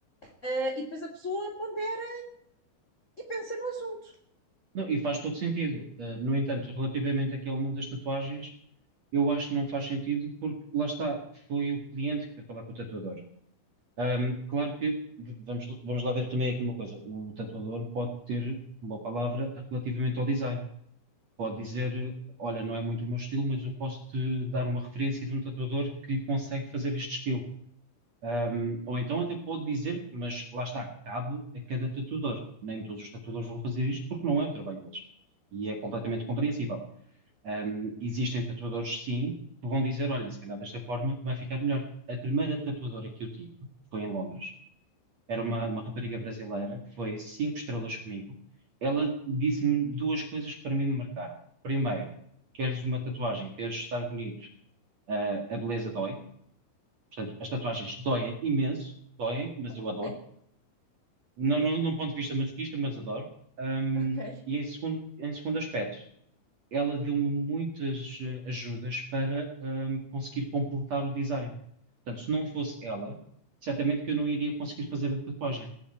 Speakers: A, on the left (about 35°); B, on the right (about 45°).
A: Ah, e depois a pessoa pondera e pensa no assunto.
B: Não, e faz todo sentido. Ah, no entanto, relativamente aqui ao mundo das tatuagens, eu acho que não faz sentido porque lá está, foi o cliente que foi falar com o tatuador. Ahm, claro que v- vamos, vamos lá ver também aqui uma coisa. O tatuador pode ter uma palavra relativamente ao design. Pode dizer, olha, não é muito o meu estilo, mas eu posso te dar uma referência de um tatuador que consegue fazer este estilo. Ahm, ou então até pode dizer, mas lá está, cabe a cada tatuador. Nem todos os tatuadores vão fazer isto porque não é o trabalho deles. E é completamente
A: Ok.
B: compreensível. Ahm, existem tatuadores, sim, que vão dizer, olha, se calhar desta forma vai ficar melhor. A primeira tatuadora que eu tive foi em Londres era uma,
A: Hum,
B: uma rapariga brasileira, foi cinco estrelas comigo. Ela disse-me duas coisas que para mim me marcaram. Primeiro, queres uma tatuagem, queres estar bonito, ah, a beleza dói. Portanto, as tatuagens doem imenso, doem, mas
A: ok.
B: eu adoro. Não, não, não ponto de vista masoquista, mas adoro. Ahm,
A: Ok.
B: e em segundo, em segundo aspecto, ela deu-me muitas eh, ajudas para ahm, conseguir completar o design. Portanto, se não fosse ela, certamente que eu não iria conseguir fazer a tatuagem.